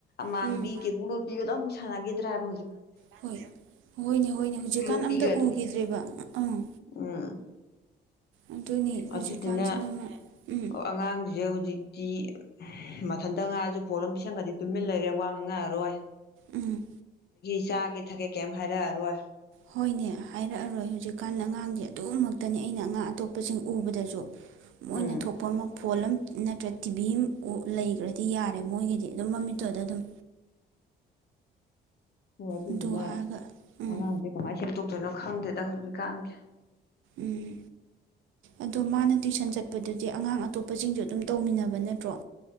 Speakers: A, on the left (about 55°); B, on the right (about 80°).
A: ꯃꯥꯡꯕꯤ
B: ꯎꯝ
A: ꯀꯦꯒꯂꯣ ꯄꯤꯕꯗ ꯁꯥꯟꯉꯒꯗ꯭ꯔꯥꯏꯕ
B: ꯍꯣꯏ ꯍꯣꯏꯅꯦ ꯍꯣꯏꯅꯦ ꯍꯧꯖꯤꯛꯀꯥꯟ
A: ꯈꯨꯂꯣꯛꯄꯤꯒꯗꯣ
B: ꯑꯝꯇ ꯎꯈꯤꯗ꯭ꯔꯦꯕ ꯑꯥ
A: ꯎꯝ
B: ꯑꯗꯨꯅꯤ ꯍꯧꯖꯤꯛꯀꯥꯟꯁꯤꯅꯃ
A: ꯑꯗꯨꯗꯨꯅ
B: ꯎꯝ
A: ꯑꯉꯥꯡꯁꯦ ꯍꯧꯖꯤꯛꯇꯤ ꯃꯊꯟꯇ ꯉꯥꯏꯑꯁꯨ ꯐꯣꯠ ꯑꯃꯝ ꯄꯤꯁꯟꯒꯗꯤ ꯇꯨꯃꯤꯟ ꯂꯩꯔꯦ ꯋꯥ ꯉ ꯉꯛꯑꯔꯣꯏ
B: ꯎꯝ
A: ꯆꯥꯒꯦ ꯊꯛꯀꯦ ꯀꯩꯝ ꯍꯥꯏꯔꯛꯑꯔꯣꯏ
B: ꯍꯣꯏꯅꯦ ꯍꯥꯏꯔꯛꯑꯔꯣꯏ ꯍꯧꯖꯤꯛꯀꯥꯟ ꯑꯉꯥꯡꯗꯤ ꯑꯗꯨꯃꯛꯇꯅꯤ ꯑꯩꯅ ꯑꯉꯥꯡ ꯑꯇꯣꯞꯄꯁꯤꯡ ꯎꯕꯗꯁꯨ ꯃꯣꯏꯅ
A: ꯎꯝ
B: ꯊꯣꯛꯄ ꯑꯃ ꯐꯣꯜ ꯑꯃ ꯅꯠꯇ꯭ꯔ ꯇꯤꯚꯤ ꯂꯩꯈ꯭ꯔꯗꯤ ꯌꯥꯔꯦ ꯃꯣꯏꯒꯤꯗꯤ ꯑꯗꯨꯝ ꯃꯃꯤꯠꯇꯨꯗ ꯑꯗꯨꯝ
A: ꯍꯣꯏ ꯑꯗꯨꯗꯨꯅ
B: ꯑꯗꯨ ꯍꯥꯏꯔꯒ ꯎꯝ
A: ꯑꯉꯥꯡꯁꯦ ꯀꯃꯥꯏꯅ ꯁꯦꯝꯗꯣꯛꯇꯣꯏꯅꯣ ꯈꯪꯗꯅ ꯇ ꯍꯧꯔꯕꯤ ꯀꯥꯥꯡꯒꯦ
B: ꯎꯝ ꯑꯗꯣ ꯃꯥꯅ ꯇꯨꯁꯟ ꯆꯠꯄꯗꯨꯗꯤ ꯑꯉꯥꯡ ꯑꯇꯣꯞꯄꯁꯤꯡꯁꯨ ꯑꯗꯨꯝ ꯇꯧꯃꯤꯟꯅꯕ ꯅꯠꯇ꯭ꯔꯣ